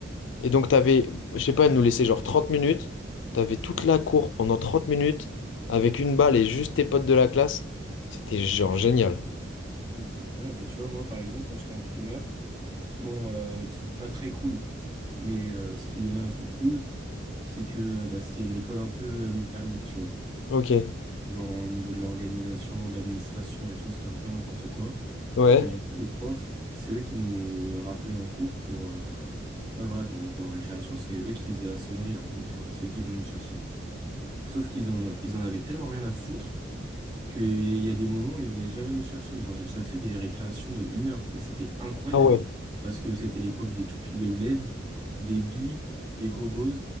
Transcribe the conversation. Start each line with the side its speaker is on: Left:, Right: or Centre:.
Left: Et donc, t'avais, je sais pas, elle nous laissait genre 30 minutes, t'avais toute la cour pendant 30 minutes, avec une balle et juste tes potes de la classe. C'était genre génial.
Right: ouais, c'est incroyable. Bah, tu vois, moi, par exemple, quand j'étais en primaire, bon, euh, truc pas très cool, mais euh, ce qui donnait un truc cool, c'est que euh, bah, c'était une école un peu euh, merdique, tu vois.
Left: Ok,
Right: Genre, au niveau de l'organisation, de l'administration et tout, c'était un peu n'importe quoi.
Left: ouais.
Right: Et du coup, les profs, c'est eux qui nous rappelaient en cours pour. euh, Ouais, voilà, quand on était en récréation, c'est eux qui faisaient la sonnerie, en gros, tu vois. C'est eux qui venaient nous chercher. Sauf qu'ils en, ils en avaient tellement rien à foutre. qu'il y a des moments où ils venaient jamais nous chercher. Genre, j'ai déjà fait des récréations de une heure, mais c'était incroyable.
Left: Ah ouais. <gasps>
Right: Parce que c'était l'époque des toupies Beyblade, des billes, des gogos,